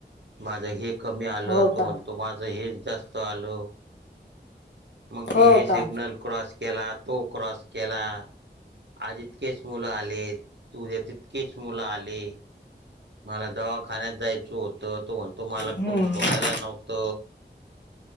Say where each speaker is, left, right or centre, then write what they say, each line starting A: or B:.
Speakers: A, on the right; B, on the left.
A: माझं हे कमी आलं
B: हो
A: तो
B: का
A: म्हणतो माझं हेच जास्त आलं. मग ते
B: हो
A: हे
B: का
A: सिग्नल क्रॉस केला तो क्रॉस केला आज इतकेच मुलं आले उद्या तितकेच मुलं आले मला दवाखान्यात जायचं होतं तो म्हणतो मला
B: हम्म
A: कोणी सोडायला नव्ह त